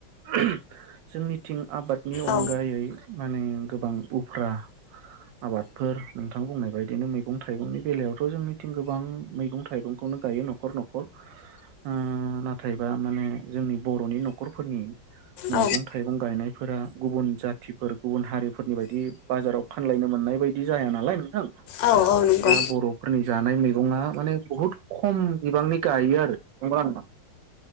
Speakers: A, on the right; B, on the left.
A: <unintelligible> जोंनिथिं आबादनि अनगायै
B: औ
A: माने गोबां उफ्रा आबादफोर नोंथां बुंनाय बायदिनो मैगं थाइगंनि बेलायावथ' जोंनिथिं गोबां मै थाइगंखौनो गायो न'खर न'खर ओम नाथायबा माने जोंनि बर'नि न'खरफोरनि मैगं
B: औ
A: थाइगं गायनायफोरा गुबुन जाथिफोर गुबुन हारिफोरनि बायदि बाजाराव फानलायनो मोन नाय बादि जाया नालाय नोंथां
B: औ औ नंगौ
A: दा बर'फोरनि जानाय मैगं आ मानि बहुद खम बिबांनि गायो आरो नंगौना नङा